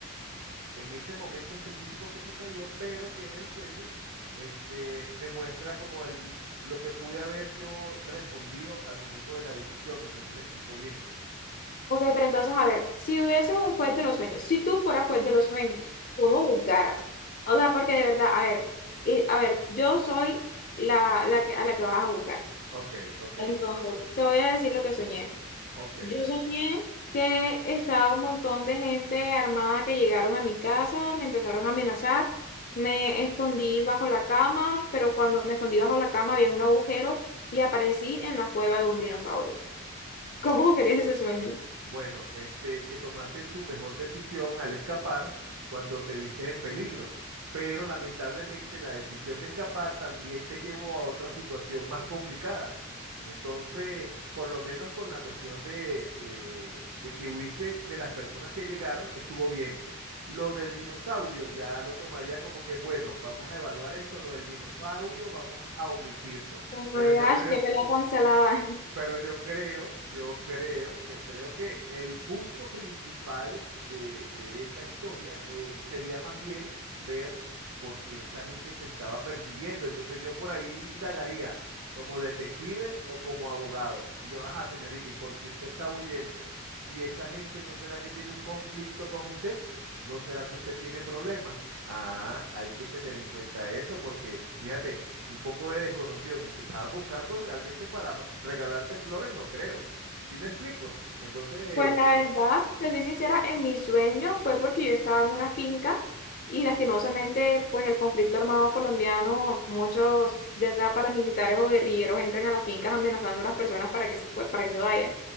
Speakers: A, on the right; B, on the left.
A: en ese momento específico que sucedió, pero que en el sueño este, me muestra como el, lo que pude haber yo respondido al momento de la discusión. No sé si me explico bien.
B: Ok, pero entonces, a ver, si hubieses un juez de los sueños, si tú fueras juez de los sueños, ¿cómo juzgaras? O sea, porque de verdad, a ver, eh, a ver, yo soy la, la que, a la que vas a juzgar.
A: Ok, ok,
B: Entonces, te voy a decir lo que soñé.
A: ok.
B: Yo soñé que estaba un montón de gente armada que llegaron a mi casa, me empezaron a amenazar, me escondí bajo la cama, pero cuando me escondí bajo la cama había un agujero y aparecí en la cueva de un dinosaurio. ¿Cómo <laughs> querías ese sueño?
A: Bueno, este, que tomaste tu mejor decisión al escapar cuando te viste en peligro, pero lamentablemente la decisión de escapar también te llevó a otra situación más complicada. Entonces, por lo menos con la cuestión de, de- de que huiste de las personas que llegaron, estuvo bien. Lo del dinosaurio ya lo tomaría como que, bueno, vamos a evaluar esto, lo del dinosaurio vamos a omitirlo.
B: Como
A: Pero
B: de,
A: yo
B: "Ay,
A: creo,
B: qué pelea tan salada".
A: pero yo creo, yo creo, yo creo que el punto principal de, de esa historia eh, sería más bien ver por qué esa gente te estaba persiguiendo. Entonces yo por ahí indagaría como detective o como abogado. Y yo, ajá, señorita, ¿y por qué usted está huyendo? ¿Y esa gente no será que tiene un conflicto con usted? ¿No será que usted tiene problemas? Ah, hay que tener en cuenta eso porque, fíjate, un poco de desconocido que te estaban buscando realmente para fa- regalarte flores, no creo. ¿Sí me explico? Entonces,
B: Pues la
A: eh,
B: verdad, te soy sincera, en mi sueño fue porque yo estaba en una finca y lastimosamente pues el conflicto armado colombiano, muchos ya sea paramilitares o guerrilleros entran a las fincas amenazando a las personas para que se fue- para que se vayan.